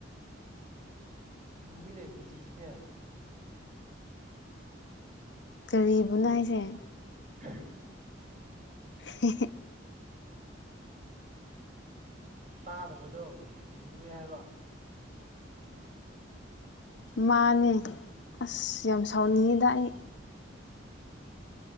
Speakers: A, on the right; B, on the left.
A: ꯂꯨꯏꯅꯦ ꯄꯨꯟꯁꯤꯁꯦ
B: ꯀꯥꯔꯤꯕꯨꯅꯣ ꯍꯥꯏꯁꯦ
A: <unintelligible>
B: ꯍ
A: ꯇꯥꯗꯕꯗꯣ ꯂꯨꯢꯌꯦ ꯍꯥꯏꯕ
B: ꯃꯥꯅꯦ ꯑꯁ ꯌꯥꯝ ꯁꯥꯎꯅꯤꯡꯉꯤꯗ ꯑꯩ
A: ꯎꯝ